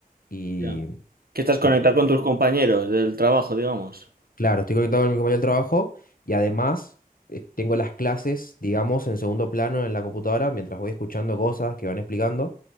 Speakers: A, on the left (about 70°); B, on the right (about 80°).
A: y,
B: ya. Que estás conectado
A: y
B: con tus compañeros del trabajo, digamos.
A: Claro, estoy conectado con mi compañero del trabajo y además eh, tengo las clases, digamos, en segundo plano en la computadora mientras voy escuchando cosas que van explicando.